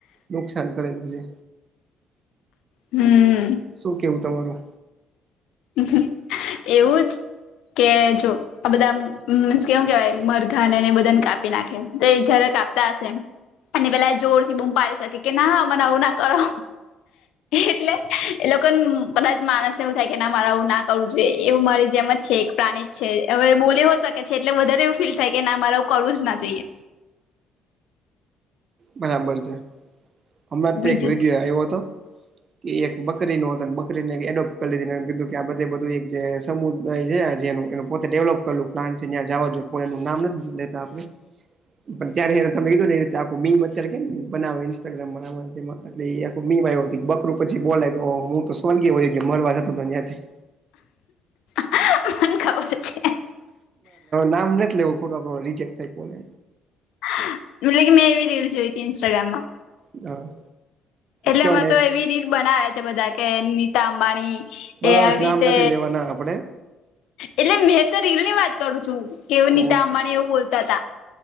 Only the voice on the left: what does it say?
હમ
<unintelligible> એવું જ કે જો આ બધા મીન્સ કેવું કેવાય મરઘા એને બધાને કાપી નાખે તો એ જયારે કાપતા હશે. અને પેલા જોર થી બુમ પાડી શકે કે ના મને આવું ના કરો. એટલે એ લોકોને કદાચ માણસને એવું થાય કે ના મારે આવું ના કરવું. એવું મારી જેમ જ છે એક પ્રાણી જ છે હવે બોલી હો શકે છે એટલે વધારે એવું ફીલ થાય કે મારો કરવું જ ના જઈએ.
બીજું
મને ખબર છે
<unintelligible> રીલસ જોઈ હતી ઇન્સ્ટાગ્રામ માં
એટલે
એમાં
તો એવી રીલ બનાવે છે બધા કે નીતા અંબાણી
એ આવીતે
એટલે મેં તો રીલ ની વાત કરું છું કે એવું નીતા
અંબાણી એવું બોલતા હતા.